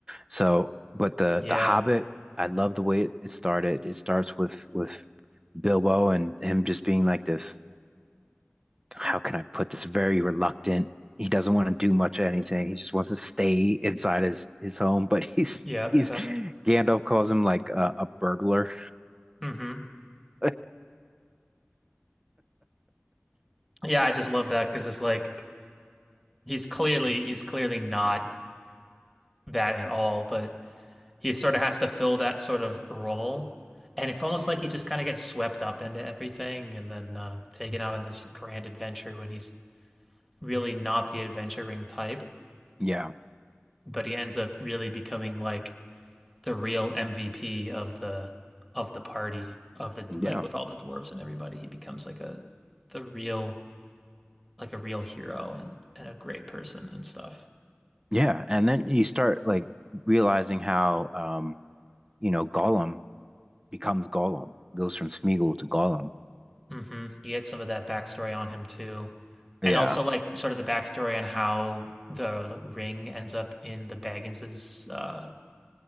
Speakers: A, on the right; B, in the centre.
A: So, but the
B: Yeah,
A: the Hobbit, I love the way it, it started. It starts with with Bilbo and him just being like this, how can I put this, very reluctant. He doesn't want to do much of anything. He just wants to stay inside his his home, but <laughs> he's
B: yep,
A: he's
B: yep.
A: Gandalf calls him like a, a burglar.
B: hmm
A: <laughs>
B: Yeah, I just love that because it's like he's clearly he's clearly not that at all, but. he sort of has to fill that sort of role. And it's almost like he just kind of gets swept up into everything and then uh, taken out on this grand adventure when he's really not the adventuring type,
A: Yeah.
B: but he ends up really becoming like the real MVP of the of the party of the
A: Yeah.
B: like with all the dwarves and everybody. He becomes like a the real like a real hero and and a great person and stuff.
A: Yeah. And then you start like realizing how um, you know, Gollum becomes Gollum, goes from Smeagol to Gollum.
B: hmm You get some of that backstory on him too.
A: Yeah.
B: And also like sort of the backstory on how the ring ends up in the Baggins's uh